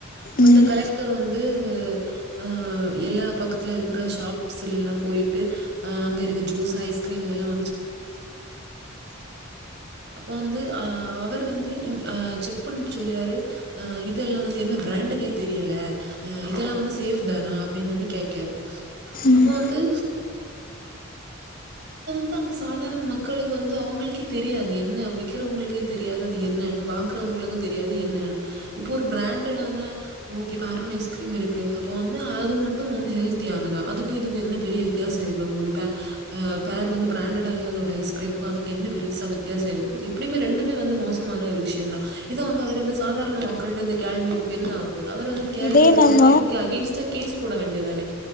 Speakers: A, on the right; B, on the left.
A: அப்பந்த
B: ம்
A: கலெக்டர் வந்து அ எல்லா பக்கத்ல இருக்குற ஷாப்ஸில் எல்லாம் போயிட்டு அ அங்க இருக்க ஜூஸ் ஐஸ்க்ரீம் இதெல்லா அப்ப வந்து அ அவர் வந்து இங் அ செக் பண்ணிட்டு சொல்லியாரு, அ இதெல்லாம் வந்து என்ன பிராண்டுன்னே தெரியல. அ இதெல்லாம் வந்து சேஃப் தானா? அப்படின்னு வந்து கேட்காரு.
B: ம்
A: அப்போ வந்து து அந்த சாதாரண மக்களுக்கு வந்து அவுங்களுக்கே தெரியாது என்ன விக்குறவுங்களுக்கே தெரியாது அது என்னன்னு வாங்குறவுங்களுக்கு தெரியாது என்னன்னு இப்போ ஒரு பிராண்டடான ஓகே ப்ப அருன் ஐஸ்கிரீம் இருக்கு அப்போ வந்து அது மட்டு வந்து ஹெல்தியானதா அதுக்கு இதுக்கு என்ன பெரிய வித்யாசோ இருக்க போது பே அ பேரு வந்து பிராண்டடா இல்லாத ஒரு ஐஸ்கிரீமுக்கு அதுக்கு என்ன பெரிசா வித்யாசோ இருக்க போது எப்டியுமே ரெண்டுமே வந்து மோசமான ஒரு விஷயந் தா இத வந்து அவரென்ன சாதாரண மக்கள்ட்ட ந்த கேள்வி எழுப்பி என்ன ஆகப்போது அவரு வந்து கேள்வி
B: இதே
A: எழுப்பணுன்னா
B: நம்ம
A: இதுக்கு அகைன்ஸ்ட்டா கேஸ் போட வேண்டிதானே